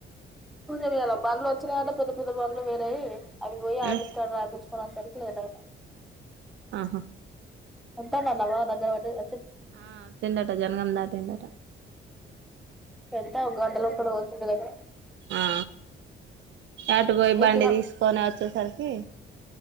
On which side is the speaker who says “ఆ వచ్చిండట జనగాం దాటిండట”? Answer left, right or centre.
Right